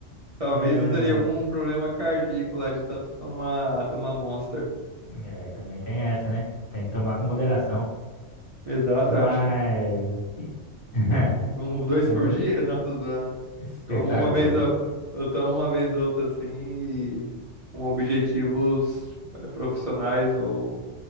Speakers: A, on the right; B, on the left.
A: Talvez
B: É,
A: eu teria algum problema cardíaco lá de tanto tomar, tomar Monster.
B: É, também tem essa, né? Tem que tomar com moderação.
A: Exato,
B: Mas.
A: acho que
B: e- <laughs>
A: um, dois
B: Agora,
A: por dia? <laughs> Não, tô zoando.
B: Você
A: Tomo
B: tá
A: uma
B: louco?
A: vez, eu, eu tomo uma vez ou outra assim, e com objetivos eh, profissionais ou